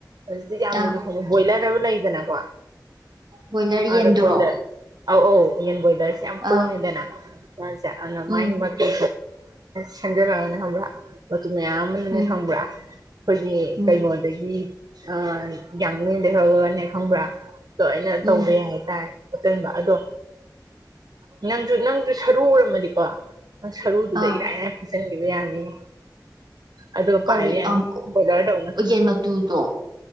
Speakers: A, on the right (about 65°); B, on the right (about 75°).
A: ꯍꯧꯖꯤꯛꯇꯤ ꯌꯥꯝꯅꯁꯨ
B: ꯑꯥ
A: ꯍꯣꯡꯉꯦ ꯕꯣꯏꯂꯔ ꯑꯃ ꯂꯩꯗꯅꯀꯣ ꯑ
B: ꯕꯣꯏꯂꯔ ꯌꯦꯟꯗꯨꯔꯣ
A: ꯑꯔ ꯄꯣꯏꯂ ꯑꯧ ꯑꯧ ꯌꯦꯟ ꯕꯣꯏꯂꯔꯁꯦ ꯌꯥꯝ ꯍꯣꯡꯉꯦꯗꯅ
B: ꯑꯥ
A: ꯃꯥꯁꯦ ꯑꯗꯨꯅ
B: ꯎꯝ
A: ꯃꯥꯒꯤ ꯁꯟꯗ ꯂꯦ ꯇꯌꯥꯝ <unintelligible>
B: ꯎꯝ
A: ꯈꯪꯕ꯭ꯔꯥ ꯑꯩꯈꯣꯏꯒꯤ
B: ꯎꯝ
A: ꯀꯩꯅꯣ ꯑꯗꯒꯤ ꯑ ꯌꯥꯡꯦꯟꯗꯒꯤꯩ ꯍꯧꯔꯒꯅꯦ ꯈꯪꯕ꯭ꯔꯥ ꯂꯣꯏꯅ ꯇꯧꯕ
B: ꯎꯝ
A: ꯌꯥꯏ ꯍꯥꯏꯇꯥꯔꯦ ꯆꯟꯕ ꯑꯗꯣ ꯎ ꯅꯪꯁꯨ ꯅꯪꯁꯨ ꯁꯔꯨ ꯎꯔꯝꯃꯗꯤꯀꯣ ꯅ ꯁꯔꯨꯗꯨꯗ
B: ꯑꯥ
A: ꯏꯔꯥꯏ ꯂꯥꯏꯅ ꯐꯤꯆꯟꯈꯤꯕ ꯌꯥꯅꯤꯌꯦ ꯑꯗꯨꯒ
B: ꯀꯔꯤ
A: ꯄꯥꯏꯕ ꯌꯥꯅꯤ
B: ꯑꯝ
A: ꯕꯣꯏꯂꯔꯗꯧꯅ
B: ꯌꯦꯟ ꯃꯇꯨ ꯗꯣ